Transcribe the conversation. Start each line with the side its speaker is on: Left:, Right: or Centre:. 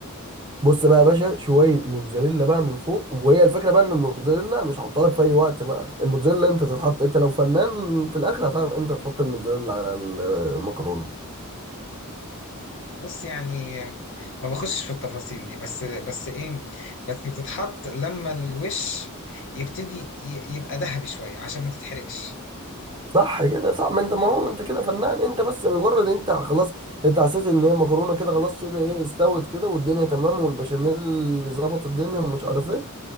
Right: بص بقى يا باشا شويه موتزاريلا بقى من فوق وهي الفكره بقى ان الموتزاريلا مش هحطها لك في اي وقت بقى الموتزاريلا امتى تتحط انت لو فنان في الاخر هتعرف امتى تحط الموتزاريلا على ال- المكرونه
Left: بص يعني ما بخشش في التفاصيل دي بس بس ايه بس بتتحط لما الوش يبتدي ي- يبقى ذهبي شويه عشان ما تتحرقش
Right: صح كده صح ما انت ما هو انت كده فنان انت بس مجرد انت خلاص انت حسيت ان هي المكرونه كده خلاص شبه ايه استوت كده والدنيا تمام والبشاميل ظبط الدنيا ومش عارف ايه